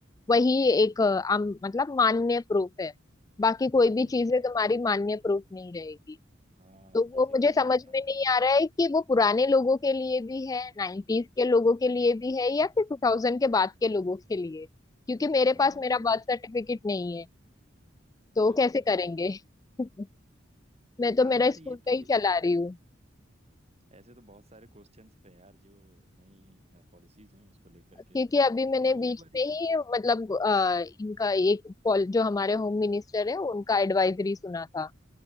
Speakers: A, on the left; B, on the right.
A: वही एक अ, आम, मतलब मान्य प्रूफ है बाकी कोई भी
B: हम्म
A: चीजें
B: हम्म
A: तुम्हारी
B: हम्म।
A: मान्य प्रूफ नहीं रहेगी
B: हाँ
A: तो
B: जैसे
A: वो
B: कि
A: मुझे
B: ये
A: समझ
B: आधार
A: में नहीं
B: के
A: आ
B: बाद
A: रहा है कि वो पुराने लोगों के लिए भी है नाइन्टीज के लोगों के लिए भी है या
B: <laughs>
A: फिर टू थाउजेंड के बाद के लोगों के लिए क्योंकि मेरे
B: हाँ
A: पास मेरा
B: क्योंकि
A: बर्थ सर्टिफिकेट नहीं है तो
B: अरे
A: कैसे करेंगे <laughs> मैं तो
B: हाँ
A: मेरा
B: यार
A: स्कूल
B: ये
A: का
B: तो
A: ही
B: ए-
A: चला रही हूँ
B: ऐसे तो बहुत सारे क्वेश्चंस हैं यार जो नई पॉलिसीज हैं उसको लेकर
A: क्योंकि
B: के
A: अभी मैंने
B: लोग
A: बीच
B: बड़ी
A: में ही
B: हम्म
A: मतलब अ, इनका एक पॉल- जो हमारे होम मिनिस्टर है उनका एडवाइजरी सुना था